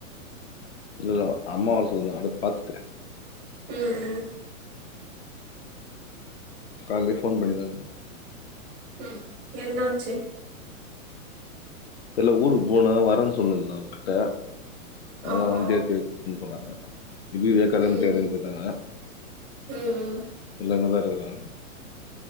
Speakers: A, on the left; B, on the right.
A: இல்ல இல்ல அம்மாவ சொல்ல அட பாத்துட்ட
B: ஹம் உம்
A: காலே போன் பண்ணி தாத
B: உம் என்னாச்சு
A: ல்ல ஊருக்கு போனும் வரேன்னு சொல்லுருந்தான் உ கிட்ட அதான்
B: ஆஹா
A: வண்டிய கே சொன்னாங்க ஹ இே கல்ல முட்டியாருன்னு
B: ம்
A: கேட்டாங்க
B: ம்
A: இல்லங்கதான் <unintelligible> ற <unintelligible>